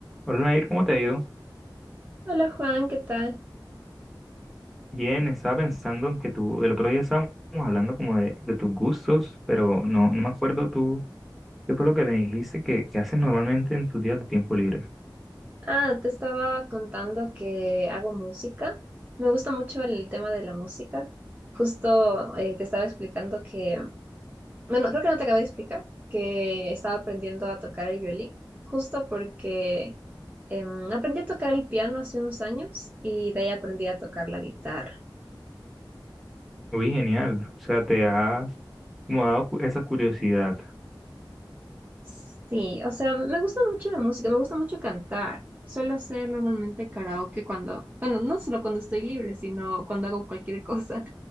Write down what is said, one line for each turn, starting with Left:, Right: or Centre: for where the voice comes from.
Centre: Hola Nair, ¿cómo te ha ido?
Right: Hola Juan, ¿qué tal?
Centre: Bien, estaba pensando en que tú, el otro día estábamos hablando como de, de tus gustos, pero no, no me acuerdo tú, qué fue lo que me dijiste que, que haces normalmente en tus días de tiempo libre.
Right: Ah, te estaba contando que hago música. Me gusta mucho el tema de la música. Justo eh, te estaba explicando que, bueno, creo que no te acabé de explicar, que estaba aprendiendo a tocar el violín, justo porque em, aprendí a tocar el piano hace unos años y de ahí aprendí a tocar la guitarra.
Centre: Uy, genial, o sea, te has como dado cu- esa curiosidad.
Right: Sí, o sea, me gusta mucho la música, me gusta mucho cantar. Suelo hacer normalmente karaoke cuando, bueno, no solo cuando estoy libre, sino cuando hago cualquier <laughs> cosa.